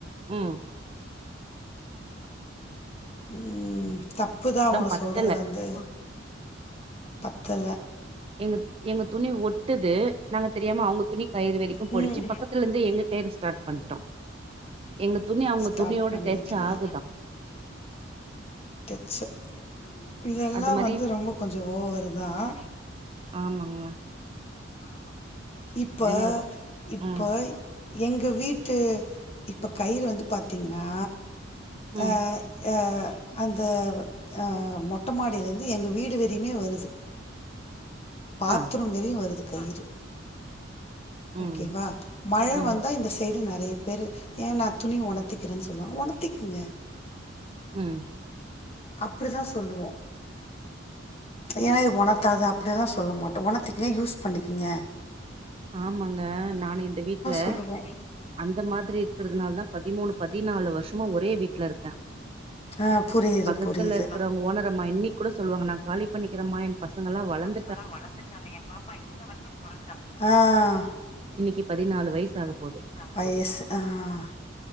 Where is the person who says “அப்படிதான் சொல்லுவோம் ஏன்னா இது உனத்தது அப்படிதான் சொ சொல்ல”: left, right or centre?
Left